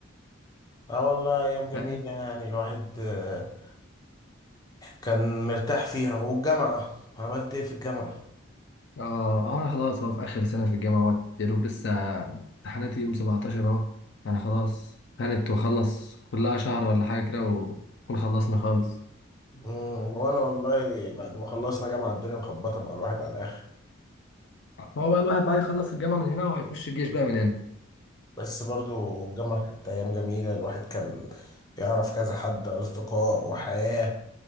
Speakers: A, on the left; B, on the left.
A: اه والله ايام جميله
B: فاهم
A: يعني الواحد آه، كان مرتاح فيها والجامعه عملت ايه في الجامعه
B: اه اه انا خلاص اهو في اخر سنة في الجامعة اهوت يا دوب لسه امتحاناتي يوم 17 اهو يعني خلاص كانت واخلص كلها شهر ولا حاجة كده ونكون خلصنا خالص
A: مم، وانا والله بعد ما خلصنا جامعه الدنيا مخبطه مع الواحد على الاخر
B: ما هو بقى الواحد بقى يخلص الجامعة من هنا وهيخش الجيش بقى من هنا
A: بس برضو الجامعه كانت ايام جميله الواحد كان يعرف كذا حد اصدقاء وحياه